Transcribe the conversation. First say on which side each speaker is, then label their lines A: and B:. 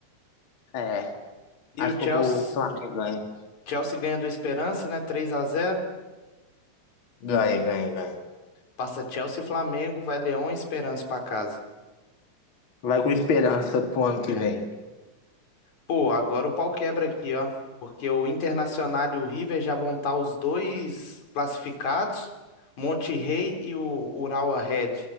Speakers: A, on the left; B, on the left.
A: é,
B: E
A: acho
B: o Chelsea,
A: que eu vou, o Flamengo ganha.
B: Chelsea ganha do Esperance, né? Três a zero.
A: Ganha, ganha, ganha.
B: Passa Chelsea e Flamengo, vai Leão e Esperance pra casa.
A: Vai com esperança pro ano
B: É.
A: que vem.
B: Pô, agora o pau quebra aqui, ó. Porque o Internacional e o River já vão estar os dois classificados. Monte Rey e o Urawa Red